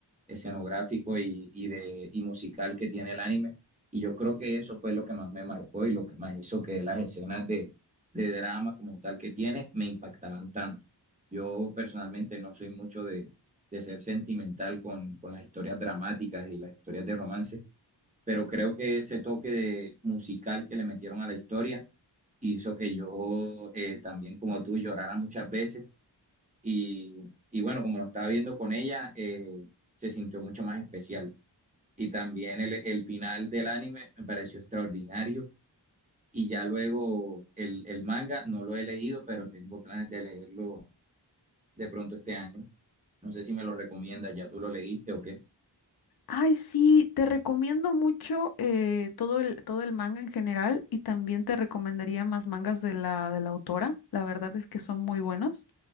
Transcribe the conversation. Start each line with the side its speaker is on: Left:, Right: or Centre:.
Right: escenográfico y, y de, y musical que tiene el anime. Y yo creo que eso fue lo que más me marcó y lo que más hizo que las escenas de, de drama como tal que tiene me impactaran tanto. Yo personalmente no soy mucho de, de ser sentimental con, con las historias dramáticas y las historias de romance, pero creo que ese toque de musical que le metieron a la historia hizo que yo eh, también como tú llorara muchas veces y, y bueno, como lo estaba viendo con ella, eh, se sintió mucho más especial. Y también el, el final del anime me pareció extraordinario. Y ya luego el, el manga no lo he leído, pero tengo planes de leerlo de pronto este año. No sé si me lo recomiendas, ya tú lo leíste o qué.
Left: Ay, sí, te recomiendo mucho eh, todo el, todo el manga en general y también te recomendaría más mangas de la, de la autora. La verdad es que son muy buenos.